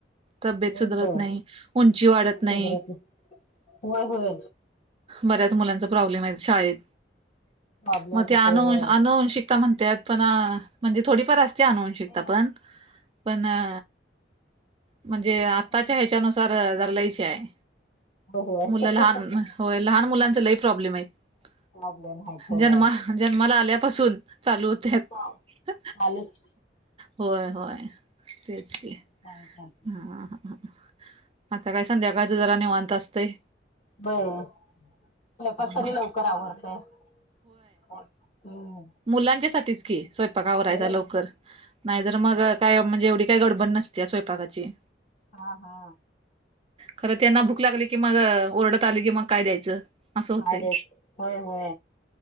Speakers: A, on the right (about 30°); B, on the left (about 40°).
A: तब्येत
B: होय
A: सुधरत
B: होय
A: नाही उंची वाढत नाही.
B: सुधरत होय होय.
A: बऱ्याच मुलांचा प्रॉब्लेम आहे शाळेत
B: प्रॉब्लेम
A: म ते
B: होतोय
A: आणू
B: होय
A: आणूवांशिक ता म्हणत्यात पण अ म्हणजे थोडीफार असते आणूवां शिकतापण
B: नाही हा
A: पण अ म्हणजे
B: थोडंफार
A: आत्ताच्या
B: दुर्लक्ष
A: ह्याच्यानुसार
B: पण होतंय
A: जरा लयच हे आहे
B: होय
A: मुलं लहान होय लहान मुलांच लय प्रॉब्लेम आहेत
B: प्रॉब्लेम आहेत होय
A: जन्मा जन्माला आल्यापासून चालू हो त्यात
B: चालूच
A: होय होय तेच की.
B: काय चालत
A: हां हं आता काय संध्याकाळच जरा निवांत असतेय.
B: बरं. स्वयपाक तरी
A: हा
B: लवकर आवरते हम्म.
A: मुलांच्या साठीच की स्वयंपाकवरायचा
B: होय
A: लवकर नाहीतर
B: होय की
A: मग काय म्हणजे एवढी काही गडबड नसते स्वयपाकाची
B: हा हा
A: खरं त्यांना भूक लागली की मग ओरडत आली की मग काय द्यायचं असं होतंय
B: अयेत होय होय